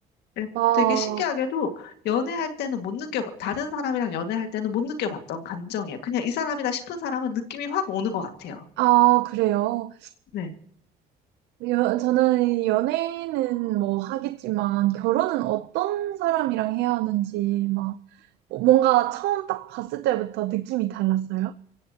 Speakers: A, on the left (about 80°); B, on the right (about 85°).
A: 예,
B: 어,
A: 되게 신기하게도 연애할 때는 못 느껴, 다른 사람이랑 연애할 때는 못 느껴봤던 감정이에요. 그냥 이 사람이다 싶은 사람은 느낌이 확 오는 것 같아요.
B: 아, 그래요.
A: 네.
B: 여, 저는 연애는 뭐 하겠지만, 결혼은 어떤 사람이랑 해야 하는지, 막, 뭔가 처음 딱 봤을 때부터 느낌이 달랐어요.